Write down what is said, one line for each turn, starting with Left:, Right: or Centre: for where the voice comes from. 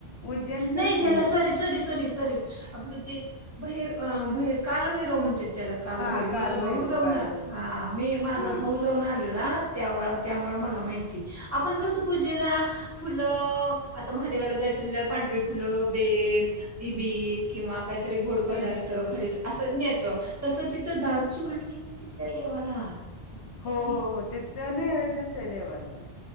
Left: उज्जैनचच
Right: नाही झ्याला
Left: की हे
Right: सॉरी सॉरी सॉरी सॉरी आपलं ती बहिर अ बहीर कालभैरव म्हणतात. त्याला कालभैरव
Left: हा कालभैरव
Right: माझा भाऊ जाऊन
Left: कालभैरव
Right: आलं हा मी माझा
Left: हा
Right: भाऊ जाऊन आलेला त्यांमुळं त्यामुळं मला माहिती <unintelligible> आपण कसं पूजेला फुलं आता महादेवाला जायचं म्हणजे पांढरी फुलं, बेल, ईबीद किंवा काहीतरी गोड पदार्थ
Left: हे नेतो.
Right: खडीज असं नेतो. तसं तिथं दारुची बाटली नेतात त्या देवाला बघितलं
Left: हो
Right: मी
Left: हो हो तिथं नेवैद्यचं आहे देवाचा.